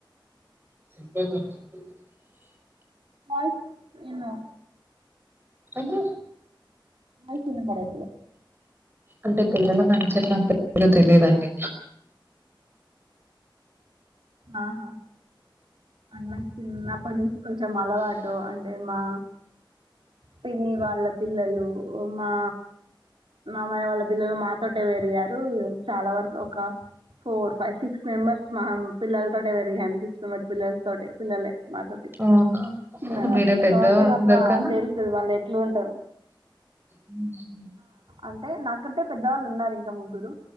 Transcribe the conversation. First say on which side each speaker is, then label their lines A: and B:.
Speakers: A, on the right (about 25°); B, on the right (about 80°).
A: <unintelligible>
B: కాల్స్ ఎన్నో
A: అన్న
B: వాయిస్ ఈనబడట్లే
A: అంటే పిల్లల మైండ్ సెట్ నాక్ పెద్దగా తెలియదండి.
B: ఆహా అన్ నాక్ చిన్నప్పటి నుంచి కొంచెం అలవాటు. అంటే మా పిన్ని వాళ్ళ పిల్లలు మా మామయ్య వాళ్ళ పిల్లలు మాతోటే పెరిగారు. ఇగ్ చాలా వరకు ఒక ఫోర్, ఫైవ్, సిక్స్ మెంబర్స్ మామ్ పిల్లతో పెరిగాను సిక్స్త్ మది పిల్లలతోటే. పిల్లలే మా తోటి
A: అవునా
B: చిన్నగా
A: మీరే పెద్ద
B: కాబట్టి మాకు
A: అందరికన్నా?
B: ఆ తెలుసు వాళ్ళు ఎట్లుంటారు.
A: ఉహ్మ్ హు
B: అంటే నాకంటే పెద్దవాళ్ళు ఉన్నారు ఇంకా ముగ్గురు